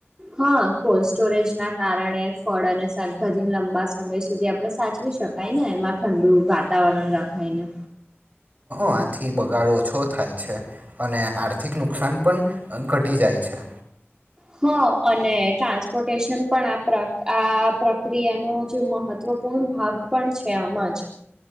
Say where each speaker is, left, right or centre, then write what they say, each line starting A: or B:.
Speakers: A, on the right; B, on the right.
A: હા કોલ્ડ સ્ટોરેજ ના કારણે ફળ અને શાકભાજી લાંબા સમય સુધી આપણે સાચવી શકાય ને એમાં ઠંડુ વાતાવરણ રખાયને.
B: માંથી બગાડો ઓછો થાય છે અને આર્થિક નુકસાન પણ ઘટી જાય છે.
A: હા અને ટ્રાન્સપોર્ટેશન પણ આ આ પ્રક્રિયાનો જે મહત્વપૂર્ણ ભાગ પણ છે આમ જ